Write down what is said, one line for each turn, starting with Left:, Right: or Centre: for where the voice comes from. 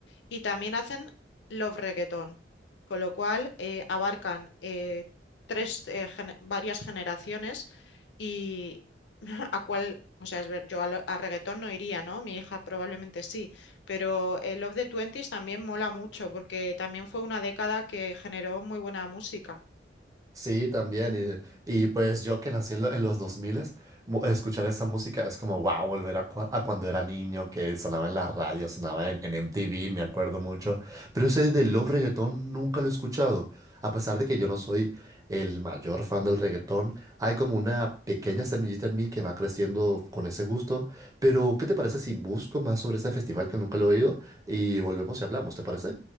Left: y también hacen love reggaeton, con lo cual eh, abarcan eh, tres, eh, gene- varias generaciones y <laughs> a cuál, o sea, es ver- yo a, lo- a reggaetón no iría, ¿no? Mi hija probablemente sí, pero el Love the Twenties también mola mucho porque también fue una década que generó muy buena música.
Right: Sí, también. Y, y pues yo que nací en, lo- en los dos mu- escuchar esa música es como, wow, volver a, cua- a cuando era niño, que sonaba en las radios, sonaba en, en MTV, me acuerdo mucho. Pero ese del love reggaetón nunca lo he escuchado. A pesar de que yo no soy el mayor fan del reggaetón, hay como una pequeña semillita en mí que va creciendo con ese gusto. Pero, ¿qué te parece si busco más sobre ese festival que nunca lo he oído y volvemos y hablamos? ¿Te parece?